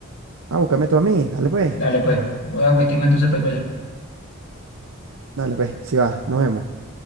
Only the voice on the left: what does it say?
Dale, pues. Voy a vestirme entonces para ir para allá.